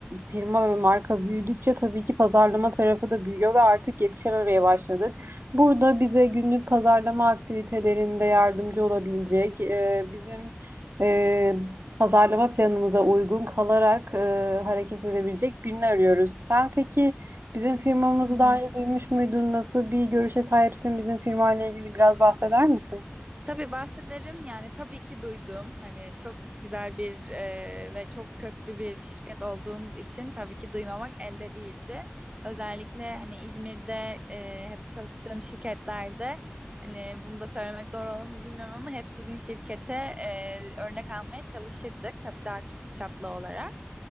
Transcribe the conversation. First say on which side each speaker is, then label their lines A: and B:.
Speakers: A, on the right; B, on the right.
A: Firma ve marka büyüdükçe tabii ki pazarlama tarafı da büyüyor ve artık yetişememeye başladık. Burada bize günlük pazarlama aktivitelerinde yardımcı olabilecek, e, bizim e, pazarlama planımıza uygun kalarak e, hareket edebilecek birini arıyoruz. Sen peki bizim firmamızı
B: Hı hı.
A: daha önce duymuş muydun? Nasıl bir görüşe sahipsin? Bizim firmayla ilgili biraz bahseder misin?
B: Tabii bahsederim yani tabii ki duydum. Hani çok güzel bir e, ve çok köklü bir şirket olduğunuz için tabii ki duymamak elde değildi. Özellikle hani İzmir'de e, hep çalıştığım şirketlerde hani bunu da söylemek doğru olur mu bilmiyorum ama hep sizin şirkete e, örnek almaya çalışırdık. Tabii daha küçük çaplı olarak.